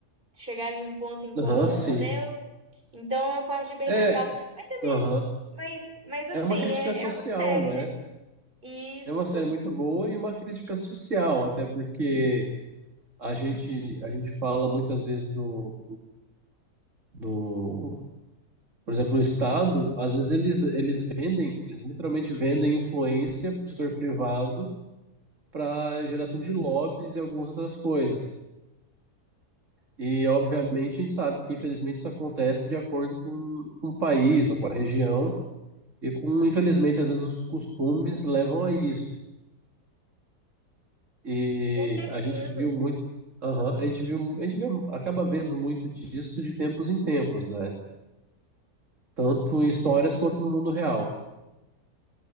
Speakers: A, on the right; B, on the right.
A: chegarem em um ponto em comum,
B: Aham, sim.
A: né? Então é uma parte bem
B: É,
A: legal. Mas, é bem-
B: aham.
A: mas, mas assim,
B: É uma crítica
A: é,
B: social,
A: é uma série,
B: né?
A: né? Isso,
B: É uma série muito boa e uma crítica social, até porque a gente, a gente fala muitas vezes do, do, Por exemplo, o Estado, às vezes eles, eles vendem, eles literalmente vendem influência para o setor privado para geração de lobbies e algumas outras coisas. E, obviamente, a gente sabe que, infelizmente, isso acontece de acordo com, com o país ou com a região e com, infelizmente, às vezes os costumes levam a isso. E
A: com certeza.
B: a gente viu muito, aham, a gente viu, a gente vê, acaba vendo muito disso de tempos em tempos, né? Tanto em histórias quanto no mundo real.